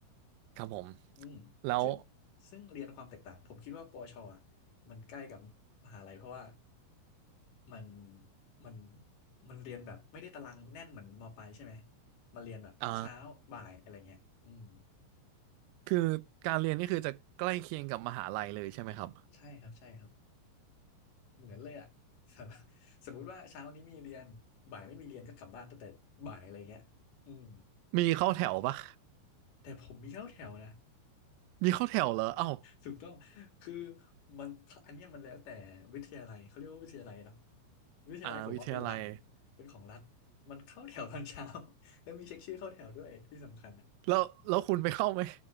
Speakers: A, on the right; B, on the left.
A: ครับผม
B: อืมซึ่ง
A: แล้ว
B: ซึ่งเรียนความแตกต่างผมคิดว่าปวชอะมันใกล้กับมหาลัยเพราะว่ามันมันมันเรียนแบบไม่ได้ตารางแน่นเหมือนมปลายใช่ไหมมันเรียนแบบเช้าบ่ายอะไรเงี้ยอืม
A: อ่าคือการเรียนนี่คือจะใกล้เคียงกับมหาลัยเลยใช่ไหมครับ
B: ใช่ครับใช่ครับ เหมือนเลยอ่ะ <laughs> สมมุติว่าเช้านี้มีเรียนบ่ายไม่มีเรียนก็กลับบ้านตั้งแต่บ่ายอะไรเงี้ยอืม
A: มีเข้าแถวปะ
B: แต่ผมมีเข้าแถวนะ
A: มีเข้าแถวเหรอเอ้า
B: ถูกต้องคือมันอันเนี้ยมันแล้วแต่วิทยาลัยเขาเรียกว่าวิทยาลัยเนาะวิทยาลัยผมมาเป็นรัฐ
A: อ่าวิทยาลัย
B: เป็นของรัฐมันเข้าแถวตอนเช้า <laughs> แล้วมีเช็คชื่อเข้าแถวด้วยที่สำคัญ
A: แล้วแล้วคุณไปเข้าไหม